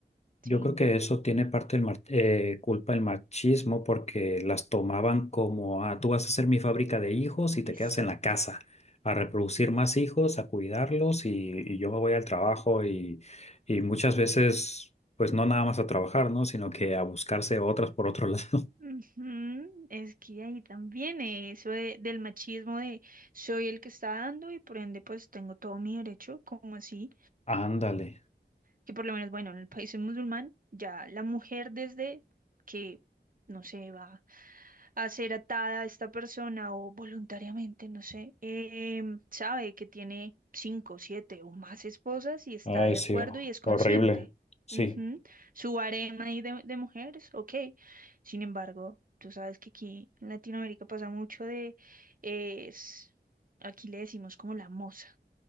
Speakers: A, on the right (about 50°); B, on the left (about 35°).
A: ¿sí?
B: Yo creo que eso tiene parte del mar- eh, culpa el machismo porque las tomaban como, ah, tú vas a ser mi fábrica de hijos y te
A: Exacto.
B: quedas en la casa a reproducir más hijos, a cuidarlos y, y yo me voy al trabajo y, y muchas veces, pues no nada más a trabajar, ¿no? Sino que a buscarse otras por otro lado. <laughs>
A: Ujú, Es que ahí también eh, eso de- del machismo de soy el que está dando y por ende pues tengo todo mi derecho, como así?
B: Ándale.
A: que por lo menos, bueno, en el país musulmán, ya la mujer desde que, no sé, va a ser atada a esta persona o voluntariamente, no sé, eh, em, sabe que tiene cinco, siete o más esposas y está
B: Ay,
A: de
B: sí,
A: acuerdo y es consciente.
B: horrible. Sí,
A: Ujú. Su harem ahí de, de mujeres, ok. Sin embargo, tú sabes que aquí en Latinoamérica pasa mucho de, es, aquí le decimos como la moza